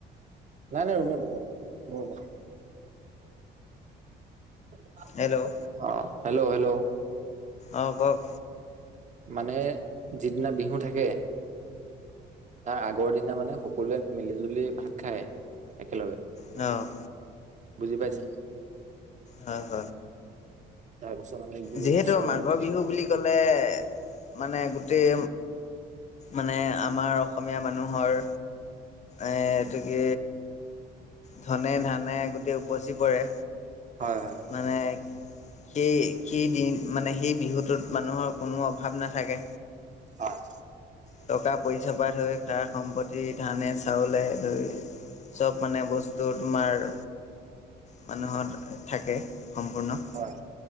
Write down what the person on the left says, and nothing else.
হেল্ল'
অ', কওক
অ'।
হ, হ।
যিহেতু মাঘৰ বিহু বুলি ক'লে মানে গোটেই মানে আমাৰ অসমীয়া মানুহৰ এ, এইটো কি ধনে ধানে গোটেই উপচি পৰে।
মানে সেই, সেই দিন মানে সেই বিহুটোত মানুহৰ কোনো অভাৱ নাথাকে।
টকা পইচাপা ধৰি সা সম্পত্তি, ধানে চাউলে ধৰি চব মানে বস্তু তোমাৰ মানুহৰ থাকে সম্পূৰ্ণ।